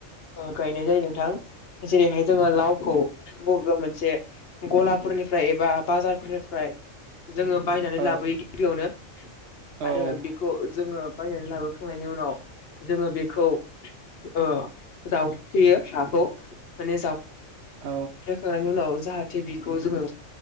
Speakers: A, on the left; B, on the right.
A: ओ गायनाय जायो नोंथां। जेरैहाय जोङो लावखौ बबेबा मोनसे गलाफोरनिफ्राय एबा बाजारफोरनिफ्राय। <unintelligible> जोङो बायनानै
B: औ
A: लाबोयो गिबियावनो
B: औ
A: आरो बेखौ जोङो बायनानै लाबो खांनायनि उनाव जोङो बेखौ ओ जावफ्लेयो हाखौ माने जा
B: औ
A: फ्ले खांनायनि उनाव जाहाथे बिखौ जोङो